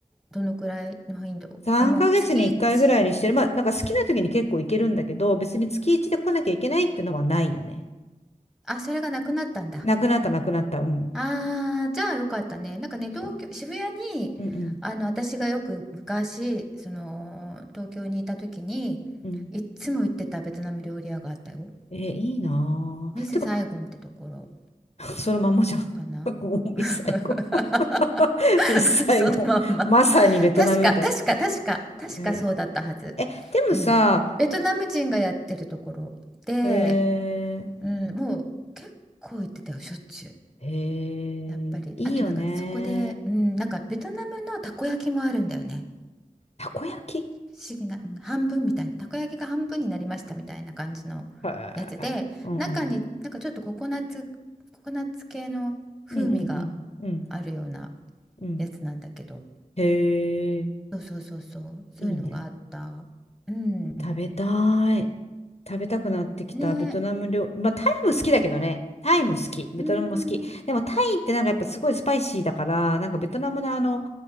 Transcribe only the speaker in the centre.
どのくらいの頻度あ、
もう月 1?
あ、それがなくなったんだ。
ああじゃあよかったね。なんかね、東京、
渋谷にあの私がよく昔その東京にいた時にいっつも行ってたベトナム料理屋があったよ。
ミスサイゴンってところ
かな。
<laughs>
<laughs> そのまんま。確か、確か、確か、確かそうだったはず。
うん。ベトナム人がやってるところで、
うん、もう結構行ってたよ、しょっちゅう。
やっぱり。
あとなんかそこで、うん、なんかベトナムのたこ焼きもあるんだよね。
不思議な、うん半分みたいな、たこ焼きが半分になりましたみたいな感じのやつで、
中になんかちょっとココナッツ、ココナッツ系の風味が
あるような
やつなんだけど。
そうそうそうそう、そういうのがあった。
うん。
ね、
うん。